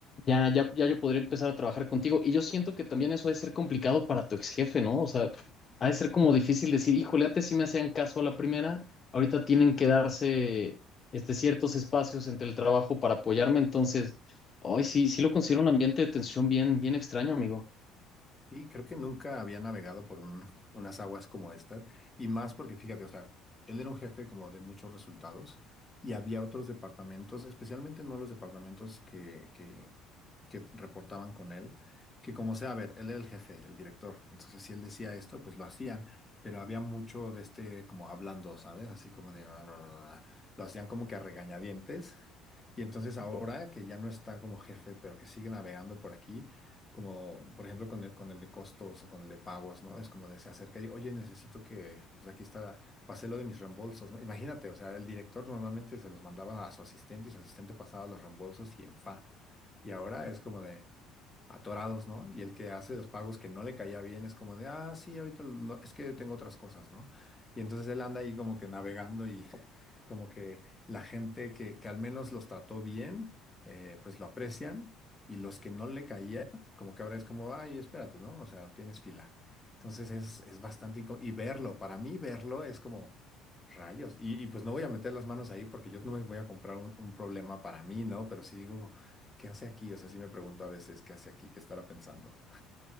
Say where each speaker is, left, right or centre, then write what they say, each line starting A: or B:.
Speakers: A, on the left (about 35°); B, on the left (about 20°).
A: ya, ya, ya yo podría empezar a trabajar contigo. Y yo siento que también eso ha de ser complicado para tu ex jefe, ¿no? O sea, ha de ser como difícil decir, híjole, antes sí me hacían caso a la primera, ahorita tienen que darse este, ciertos espacios entre el trabajo para apoyarme. Entonces, hoy sí, sí lo considero un ambiente de tensión bien, bien extraño, amigo.
B: Sí, creo que nunca había navegado por un- unas aguas como estas, y más porque fíjate, o sea, él era un jefe como de muchos resultados y había otros departamentos, especialmente no los departamentos que, que, que reportaban con él, que como sea, a ver, él era el jefe, el director, entonces si él decía esto, pues lo hacían, pero había mucho de este como hablando, ¿sabes? Así como de... "Ah", Lo hacían como que a regañadientes y entonces ahora que ya no está como jefe, pero que sigue navegando por aquí, como por ejemplo con el, con el de costos o con el de pagos, ¿no? Es como de se acerca y, oye, necesito que, pues aquí está, pasé lo de mis reembolsos, ¿no? Imagínate, o sea, el director normalmente se los mandaba a su asistente y su asistente pasaba los reembolsos y en fa. Y ahora es como de, atorados, ¿no? Y el que hace los pagos que no le caía bien es como de, ah, sí, ahorita lo- es que tengo otras cosas, ¿no? Y entonces él anda ahí como que navegando y <laughs> como que la gente que, que al menos los trató bien, eh, pues lo aprecian y los que no le caía, como que ahora es como, ay, espérate, ¿no? O sea, tienes fila. Entonces es, es bastante incó- Y verlo, para mí verlo es como... Rayos. Y, y pues no voy a meter las manos ahí porque yo no me voy a comprar un, un problema para mí, ¿no? Pero sí digo, ¿Qué hace aquí? O sea, sí me pregunto a veces, ¿qué hace aquí? ¿Qué estará pensando?